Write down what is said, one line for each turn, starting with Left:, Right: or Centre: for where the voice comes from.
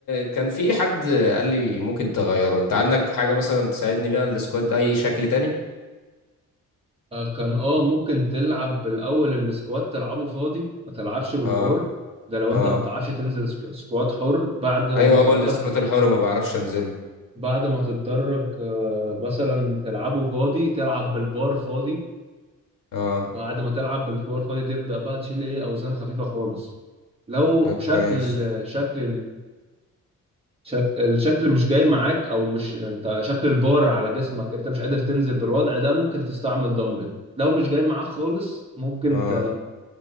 Left: كان في حد قال لي ممكن تغيره أنت عندك حاجة مثلا تساعدني بيها السكوات ده أي شكل تاني؟
Right: آه، كان اه ممكن تلعب بالاول السكواد تلعبه فاضي ما تلعبش بالبور
Left: اه
Right: ده لو
Left: اه
Right: انت ما بتعرفش تنزل سك- سكواد حر بعد بتتدرج
Left: أيوه هو السكوات الحر ما بعرفش أنزله
Right: بعد ما تتدرج آه، مثلا تلعبه فاضي تلعب بالبار فاضي
Left: اه
Right: بعد ما تلعب بالبار فاضي تبدأ بقى تشيل ايه اوزان خفيفة خالص لو
Left: لا كويس
Right: شكل ال- شكل شك... الشكل مش جاي معاك او مش انت شكل البار على جسمك انت مش قادر تنزل بالوضع ده ممكن تستعمل دمبل لو مش جاي معاك خالص ممكن
Left: اه
Right: ت...